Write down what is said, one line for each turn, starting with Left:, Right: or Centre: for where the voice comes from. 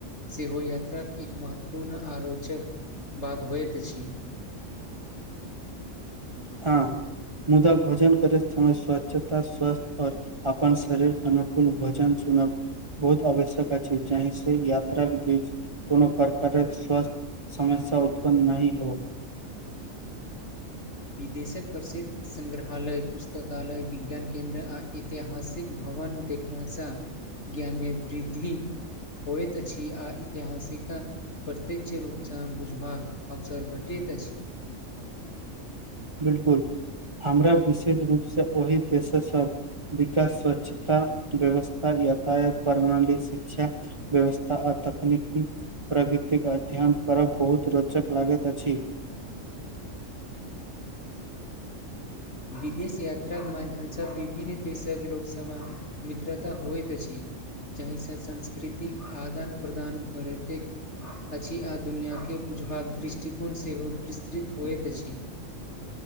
Left: सेहो यात्राक एक महत्वपूर्ण आ रोचक भाग होइत अछि
Right: हँ मुदा भोजन करैत समय स्वच्छता स्वस्थ आओर अपन शरीर क अनुकूल भोजन चुनब बहुत आवश्यक अछि जाहि से यात्राक बीच कोनो प्रकारक स्वस्थ समस्या उत्पन्न नहि हो
Left: विदेशक प्रसिद्ध संग्रहालय पुस्तकालय विज्ञान केन्द्र आ एक ऐतिहासिक भवन देखलासँ ज्ञानमे वृद्धि होइत अछि आ ऐतिहासिका प्रत्यक्ष रूपसँ बुझबाक अवसर भेटैत अछि
Right: बिल्कुल हमरा विशेष रूपसँ ओहि देश सभ विकास स्वच्छता व्यवस्था यातायात प्रणाली शिक्षा व्यवस्था आ तकनीकी प्रकृतिक अध्ययन करब बहुत रोचक लागैत अछि
Left: विदेश यात्राके माध्यमसँ विभिन्न देशक लोकसभ मित्रता होइत अछि जहिसँ संस्कृतिक आदान प्रदान बढ़ेतै अछि आ दुनिया के बुझबाक दृष्टिकोण सेहो विस्तृत होइत अछि